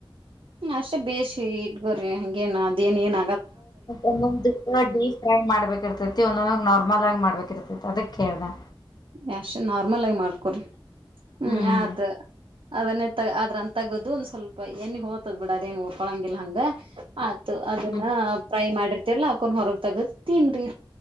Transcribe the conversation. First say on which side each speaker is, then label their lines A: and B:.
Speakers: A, on the right; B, on the left.
A: ಹು ಅಷ್ಟೇ ಬೇಸಿ ಇಟ್ಗೋರಿ ಹಂಗೇನ್ ಅದೇಏನ್ ಏನ
B: ಒಂದೊದನಾ ಡೀಪ್ರೇಯ ಮಾಡ್ಬೇಕಿರ್ತತಿ ಒಂದೊಂದ ನಾರ್ಮಲ್ ಆಗಿ ಮಾಡ್ಬೇಕ ತ್ತಿರ್ತತಿ ಅದಕ್ಕೆ ಕೆಳದಾ
A: ಅಷ್ಟು ನಾರ್ಮಲ್ ಆಗಿ ಮಾಡ್ಕೊರಿ ಹು
B: ಹ್ಮ್ ಹ್ಮ್
A: ಆತ ಅದನ್ನೇ ಆದ್ರಾನ ತಗದು ಒಂದ್ ಸ್ವಲ್ಪ ಏಣ್ಣಿ ಹೋಗ್ತದ ಬಿಡ ಅದೇನ್ ಹೋಕ್ಕೋಳಂಗಿಲ್ಲ ಹಂಗ ಆತು ಅದನ್ನ
B: ಹ್ಮ್
A: ಫ್ರೈ ಮಾಡಿರ ತಿರಲ್ಲಾ ಅಕೋರ್ನ್ ಹೊರಗ್ ತಗದ ತಿನ್ರಿ